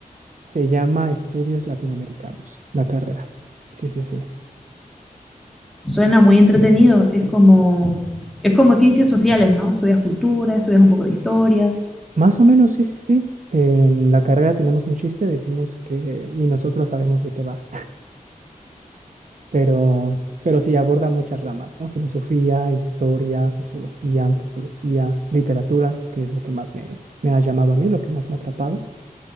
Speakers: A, on the right (about 60°); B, in the centre.
A: se llama Estudios Latinoamericanos, la carrera. Sí, sí, sí.
B: Suena muy entretenido, es como... Es como ciencias sociales, ¿no? Estudias cultura, estudias un poco de historia.
A: Más o menos, sí, sí, sí. En la carrera tenemos un chiste, decimos que ni nosotros sabemos de qué va, <laughs> pero, pero sí aborda muchas ramas, ¿no? Filosofía, historia, sociología, antropología, literatura, que es lo que más me, me ha llamado a mí, lo que más me ha atrapado.